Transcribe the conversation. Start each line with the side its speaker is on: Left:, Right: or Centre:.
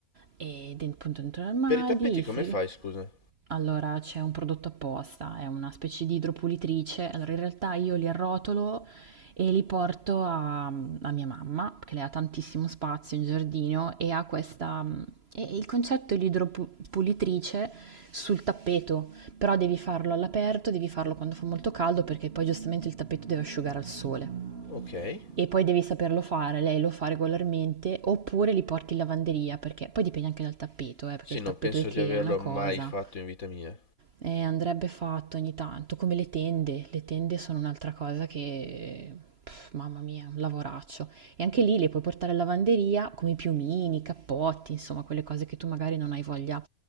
Right: e den- appunto dentro l'armadio,
Left: Per i tappeti
Right: il
Left: come
Right: frigo.
Left: fai, scusa?
Right: Allora, c'è un prodotto apposta, è una specie di idropulitrice. Allora, in realtà io li arrotolo e li porto a, a mia mamma, che lei ha tantissimo spazio in giardino e ha questa... E e il concetto è l'idropulitrice sul tappeto, però devi farlo all'aperto, devi farlo quando fa molto caldo perché poi giustamente il tappeto deve asciugare al sole.
Left: Ok.
Right: E poi devi saperlo fare, lei lo fa regolarmente, oppure li porti in lavanderia, perché poi dipende anche dal tappeto, eh, perché
Left: Sì,
Right: il
Left: non
Right: tappeto
Left: penso
Right: IKEA
Left: di averlo
Right: è una cosa,
Left: mai fatto in vita mia.
Right: eh, andrebbe fatto ogni tanto, come le tende. Le tende sono un'altra cosa che, pff, mamma mia, un lavoraccio. E anche lì le puoi portare in lavanderia come i piumini, i cappotti, insomma, quelle cose che tu magari non hai voglia.